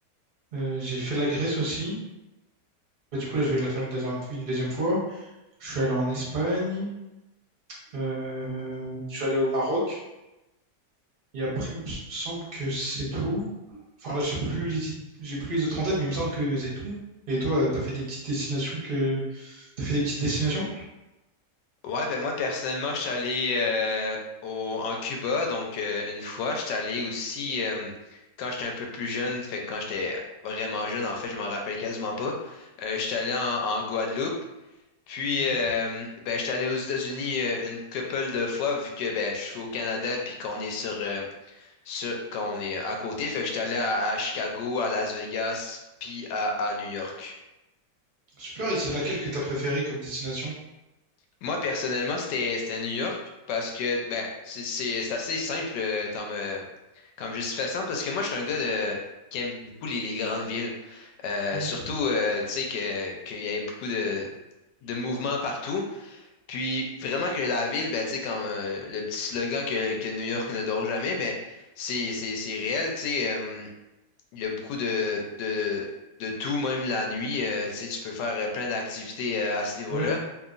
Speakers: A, on the right; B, on the left.
A: Euh, j'ai fait la Grèce aussi. Bah, du coup, là, je vais la faire une deuxième, une deuxième fois. Je suis allé en Espagne. Euh, je suis allé au Maroc. Et après, il me semble que c'est tout. Enfin, là, j'ai plus les, id- j'ai plus les autres en tête, mais il me semble que c'est tout. Et toi, euh, t'as fait des petites destinations que, t'as fait des petites destinations?
B: Ouais, ben moi, personnellement, je suis allé euh, au, en Cuba, donc euh, une fois. Je suis allé aussi euh, quand j'étais un peu plus jeune, fait que quand j'étais vraiment jeune, en fait, je m'en rappelle quasiment pas. Euh, je suis allé en, en Guadeloupe. Puis,
A: Mhm.
B: euh, ben, j'étais allé aux États-Unis euh, une couple de fois, vu que ben, je suis au Canada, puis qu'on est sur, euh, sur- qu'on est à côté. Fait que j'étais allé à, à Chicago, à Las Vegas, puis à, à New York.
A: Super, et c'est laquelle que t'as préférée comme destination?
B: Moi, personnellement, c'était c'était à New York, parce que ben, c'est c'est- c'est assez simple euh, comme, euh, comme justification, parce que moi, je suis un gars de, qui aime beaucoup les, les grandes villes. Euh,
A: Mhm.
B: surtout, euh, tu sais, que, qu'il y a beaucoup de, de mouvements partout. Puis vraiment que la ville, ben, tu sais, comme euh, le petit slogan que, que New York ne dort jamais, ben, c'est, c'est, c'est réel, tu sais. euh, il y a beaucoup de, de, de tout, même la nuit. euh, tu sais, tu peux faire euh, plein d'activités euh, à ce niveau-là.
A: Ouais,